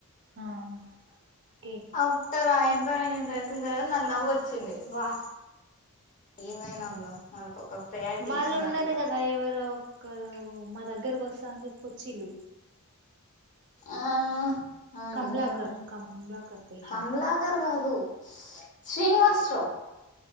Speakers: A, on the right (about 50°); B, on the left (about 35°).
A: ఆ ఓకే
B: అతారయి ఇన్ఫర్మేషన్ తెలిసిన తర్వాత నాకు నవ్వొచ్చింది వా ఏమైనా ఉందో మనకు ఒక ప్రయారిటీ
A: వాళ్ళు
B: ఇచ్చిండ్రు
A: ఉన్నారు
B: అనుకున్న
A: కదా ఎవరు ఒకరు మా దగ్గ దగ్గరకి వస్తంది పుచిలు
B: ఆ ఆ అండి
A: కమలాకర్
B: నేను
A: కమలాకర్ పేషెంట్
B: కమలా గారు కాదు శ్రీనివాస రావ్